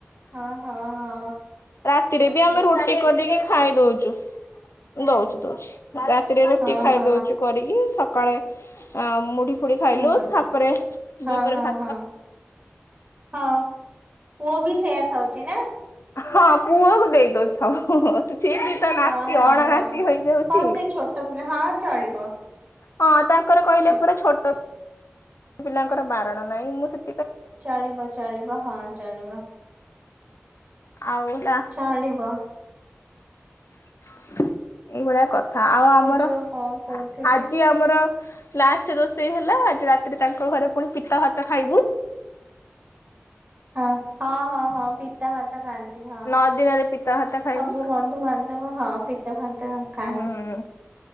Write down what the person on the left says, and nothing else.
ରାତିରେ ବି ଆମେ ରୁଟି କରି ଟିକେ ଖାଇ ଦଉଛୁ ଦଉଛୁ ଦଉଛି। ରାତିରେ ରୁଟି
ଖାଇ
ଦଉଛୁ କରିକି ସକ୍ କାଳେ ଅ ମୁଢି ଫୁଡ଼ି ଖାଇଲୁ
ଥାପରେ ଦିପରେ
ଭା
ହଁ ପୁଅକୁ ଦେଇ ଦଉଛି ସବୁ। ସିଏ ବି ତ ନାତି
ଅଣ
ନାତି ହେଇଯାଉଛି
ହଁ ତା ଙ୍କର କହିଲେ
ପୁରା ଛୋଟ ପିଲାଙ୍କର ବାରଣ ନାହିଁ ମୁଁ ସେ
ଆଉ ହେଲା
<inaudible> ଏଇଭଳିଆ କଥା ଆଉ ଆମର
ଆଜି ଆମର। ଲାଷ୍ଟ ରୋଷେଇ ହେଲା ଆଜି ରାତିରେ ତାଙ୍କ ଘରେ ପୁଣି ପିଠା ଭାତ ଖାଇବୁ।
ନଅ ଦିନରେ ପିତା ଭାତ ଖାଇବୁ।
ହୁଁ